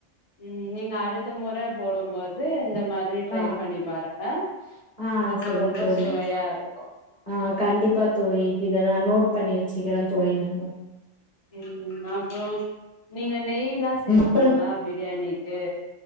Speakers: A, on the left (about 50°); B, on the left (about 35°).
A: உம் நீங்க அடுத்த முறை போடம் போது து இந்த மாரி ட்ரை
B: ஆ
A: பண்ணி பாருங்க
B: ஆ
A: அப்போ
B: செரி
A: ரொம்ப
B: தோழி
A: சுவையா இருக்கும்
B: ஆ கண்டிப்பா தோழி இத நான் நோட் பண்ணி வச்சுக்கறேன் தோழி நானு
A: உம் அப்போ நீங்க நெய்ல்லா சேப்பீங்களா
B: அப்புறம்
A: பிரியாணிக்கு